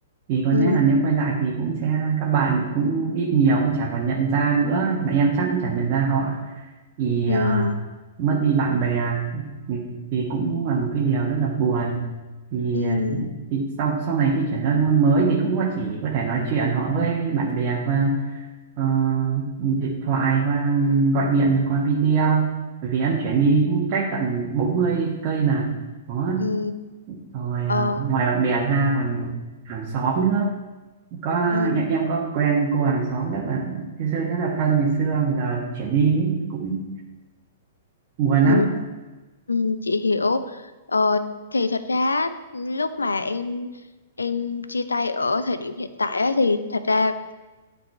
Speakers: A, on the right; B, on the left.
A: thì có
B: ừ
A: lẽ là nếu quay lại thì cũng sẽ các bạn cũng ít nhiều cũng chả còn nhận ra nữa mà em chắc cũng chả nhận ra họ thì
B: ừ
A: à, mất đi bạn bè thì thì cũng là một cái điều rất là buồn thì,
B: ừ
A: à, thì sau sau này khi chuyển ra môn mới thì cũng chỉ có thể nói chuyện họ với bạn bè qua ờ, điện thoại qua gọi điện qua video bởi vì em chuyển đi cũng cách tận 40 cây mà đó
B: ừ
A: rồi
B: ờ
A: à, ngoài bạn bè ra còn hàng xóm nữa có
B: ừ
A: em, em có quen cô hàng xóm rất là xưa xưa rất là thân ngày xưa mà giờ chuyển đi ấy, cũng buồn
B: ừ
A: lắm
B: ừ chị hiểu ờ thì thật ra lúc mà em em chia tay ở thời điểm hiện tại á, thì thật ra